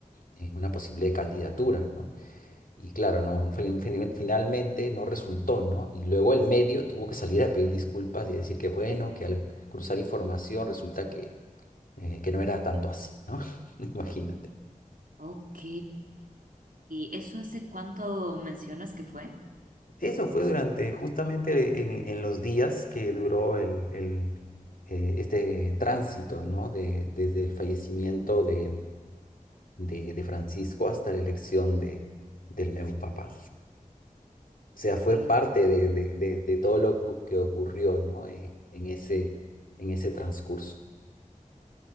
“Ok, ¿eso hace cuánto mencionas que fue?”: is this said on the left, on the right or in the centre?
Right